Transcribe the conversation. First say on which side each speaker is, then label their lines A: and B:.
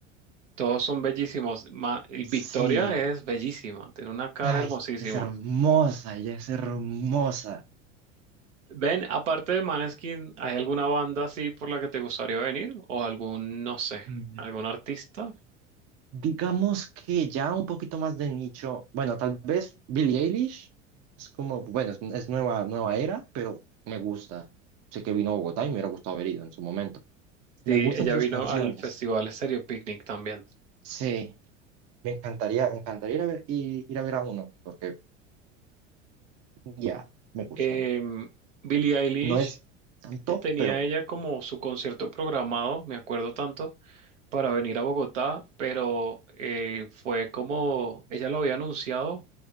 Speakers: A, on the right (about 75°); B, on the right (about 45°).
A: Todos son bellísimos. Ma- y Victoria
B: Sí.
A: es bellísima, tiene una cara
B: Ay,
A: hermosísima.
B: es hermosa, ella es hermosa.
A: Ven, aparte de Maneskin, ¿hay alguna banda así por la que te gustaría venir? ¿O algún, no sé,
B: Mm,
A: algún artista?
B: Digamos que ya un poquito más de nicho. Bueno, tal vez Billie Eilish es como, bueno, es, es nueva, nueva era, pero me gusta. Sé que vino a Bogotá y me hubiera gustado haber ido en su momento.
A: Sí,
B: Me gustan
A: ella
B: sus
A: vino
B: canciones.
A: al festival Stereo Picnic también.
B: Sí, me encantaría, me encantaría ir a ver, i- ir a ver a uno, porque ya, me gusta.
A: Em, Billie Eilish
B: No es tan top,
A: eh, tenía
B: pero
A: ella como su concierto programado, me acuerdo tanto, para venir a Bogotá, pero eh, fue como ella lo había anunciado